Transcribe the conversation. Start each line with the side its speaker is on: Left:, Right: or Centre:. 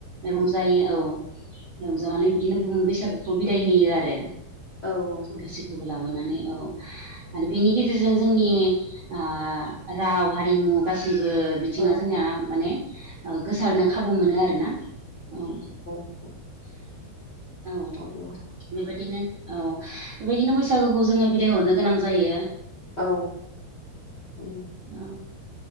Right: रंजायो औ औ रंजानानै बिदिनो बैसागु खौ बिदाय होयो आरो।
Left: औ औ।
Right: गासैखौबो
Left: औ
Right: लाबोनानै औ आरो बेनि गेजेरजों जोंनि ओ राव हारिमु गासैबो बिथिङा
Left: औ
Right: जोंनिया माने गोसारनो
Left: औ
Right: खाबु मोनो आरोना औ
Left: अ
Right: औ
Left: अब्ला
Right: बेबायदिनो औ बेबायदिनो बैसागोखौ जोङो बिदाय हरनो गोनां जायो।
Left: औ औ
Right: औ